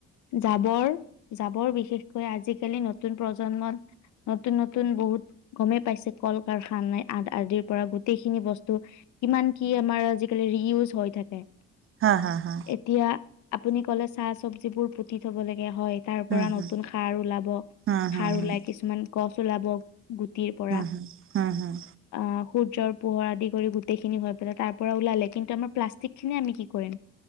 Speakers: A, on the left (about 70°); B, on the right (about 45°).
A: জাবৰ, জাবৰ বিশেষকৈ আজিকালি নতুন প্ৰজন্মত নতুন, নতুন বহুত গমেই পাইছে। কল- কাৰখানাই আদিৰ পৰা গোটেই খিনি বস্তু কিমান কি আমাৰ আজিকালি ৰিউজ হৈ থাকে।
B: হা হা হা
A: এতিয়া আপুনি ক'লে চাহ, চবজিবোৰ পুতি থব' লাগে। হয়! তাৰ, পৰা
B: হুম হুম
A: নতুন সাৰ ওলাব।
B: হুম হুম
A: সাৰ
B: হুম
A: ওলাই কিছুমান গছ ওলাব। গুটিৰ পৰা,
B: হুম হুম হুম হুম
A: আঁ সূ সূৰ্যৰ পোহৰ আদি কৰি গোটেইখিনি হৈ পেলাই তাৰপৰা ওলালে। কিন্তু, আমাৰ প্লাষ্টিক খিনিয়ে আমি কি কৰিম?